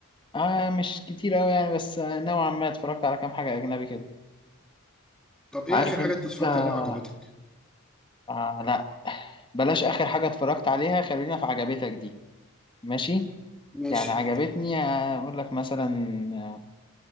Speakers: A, on the left; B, in the centre.
A: اه مش كتير اوي يعني بس آه، نوعا ما اتفرجت على كام حاجة اجنبي كده
B: طب إيه
A: عارف
B: آخر حاجة
A: انت
B: أنت اتفرجت
A: آه
B: عليها وعجبتك؟
A: آه، لا بلاش اخر حاجة اتفرجت عليها خلينا في عجبتك دي ماشي
B: ماشي
A: يعني عجبتني آه، اقول لك مثلا آه،